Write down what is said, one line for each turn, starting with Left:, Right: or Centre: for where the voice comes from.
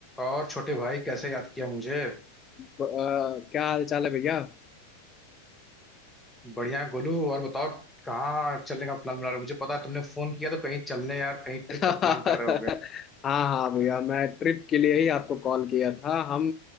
Centre: और छोटे भाई कैसे याद किया मुझे
Left: ब- अ, क्या हाल चाल है भैया
Centre: बढ़िया है गोलू और बताओ कहाँ चलने का प्लान बना रहे हो मुझे पता है तुमने फोन किया तो कहीं चलने यार कहीं ट्रिप
Left: <laughs> हाँ
Centre: का प्लान कर रहे होगे
Left: हाँ भैया मैं ट्रिप के लिए ही आपको कॉल किया था हम